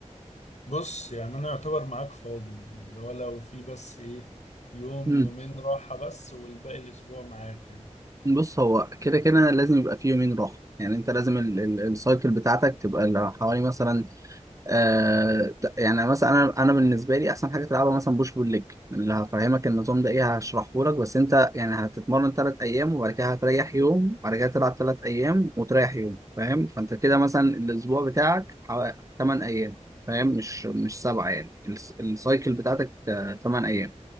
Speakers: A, on the left; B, on the right.
A: بص يعني انا يعتبر معاك فاضي يعني اللي هو لو في بس ايه يوم
B: امم
A: يومين راحة بس والباقي الاسبوع معاك يعني
B: بص هو كده كده لازم يبقى فيه يومين راحه يعني انت لازم ال- ال- السايكل بتاعتك تبقى ل- حوالي مثلا آه يعني مثلا انا انا بالنسبه لي احسن حاجه تلعبها مثلا بوش بول ليج اللي هفهمك النظام ده ايه هشرحه لك بس انت يعني هتتمرن ثلاث ايام وبعد كده هتريح يوم وبعد كده تلعب ثلاث ايام وتريح يوم فاهم فانت كده مثلا الاسبوع بتاعك حوالي 8 ايام فاهم مش مش سبعه يعني الس- السايكل بتاعتك آه، 8 ايام